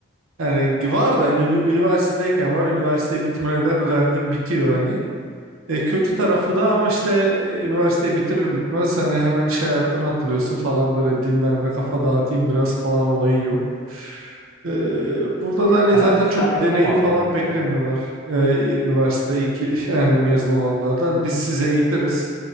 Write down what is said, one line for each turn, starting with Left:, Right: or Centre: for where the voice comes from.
Right: Yani var da hani ünü- üniversitedeyken var üniversiteyi bitirmeden o derdin bitiyor hani. E, kötü tarafı da ama işte e, üniversiteyi bitirir bitmez hani hemen iş hayatına atılıyorsun falan böyle dinlenme kafa dağıtayım biraz falan olayı yok. Ee, burada da hani
Left: Hayat
Right: zaten
Left: şartlarına
Right: çok bir deneyim
Left: bağlı
Right: falan
Left: biraz ya.
Right: beklemiyorlar. Ee, üniversite iki <laughs> yani mezun olanlardan biz sizi eğitiriz.